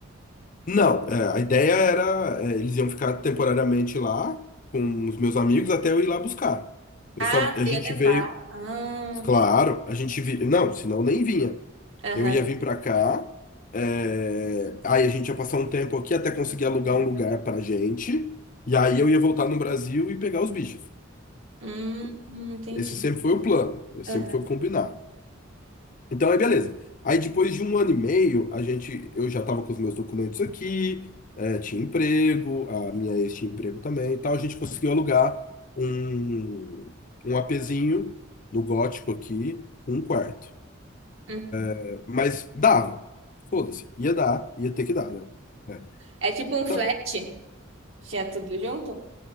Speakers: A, on the left; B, on the right.
A: Não, é, a ideia era, é, eles iam ficar temporariamente lá com os meus amigos até eu ir lá buscar. Eu
B: Ah,
A: só, a
B: tu
A: gente
B: ia levar.
A: veio,
B: Ah,
A: claro, a gente vi, não, senão nem vinha.
B: aham.
A: Eu ia vir pra cá, é, aí a gente ia passar um tempo aqui até conseguir alugar um lugar pra gente, e aí eu ia voltar no Brasil e pegar os bichos.
B: Hum, hum, entendi.
A: Esse sempre foi o plano, esse
B: Aham.
A: sempre foi o combinado. Então, aí beleza. Aí depois de um ano e meio, a gente, eu já estava com os meus documentos aqui, eh, tinha emprego, a minha ex tinha emprego também e tal. A gente conseguiu alugar um, um apezinho no Gótico aqui, um quarto.
B: hum.
A: É, Mas dava. Foda-se. Ia dar, ia ter que dar, né? É.
B: É tipo um flat?
A: Tá.
B: Tinha tudo junto?